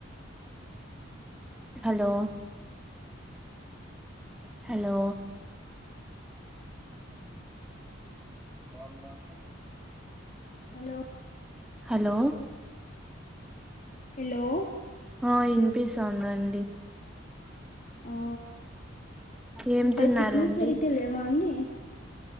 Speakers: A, in the centre; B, on the left.
A: హలో హలో వాన్ దంట్ల
B: హలో
A: హలో
B: హలో
A: ఆ వినిపిస్తది అండి
B: ఆ
A: ఏం
B: ఒకడ
A: తిన్నారండి
B: సిగ్నల్ సరిగ్గా లేవా అండి